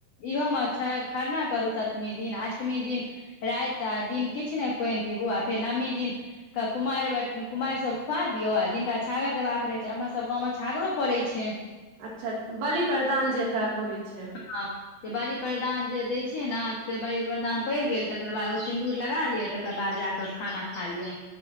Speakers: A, on the left; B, on the right.
A: इहोमे छै खरना करू सतमी दिन अष्टमी दिन राति आ दिन किछ नय पानि पीबू आ फेर नवमी दिन कुमारि बट कुमारि सब खुआ दियौ आ जिनका छागर देबाक रहैत छै हमरा सभ गांव मे छागरो पड़ै छै
B: अच्छा बलि प्रदान जेका कहै छै
A: हँ जे बलि प्रदान जे दय छै न से बली प्रदान पड़ि गेल तकर बाद ओ सिंन्दूर लगा लिय तकर बाद जाक कऽ खाना खा लिअ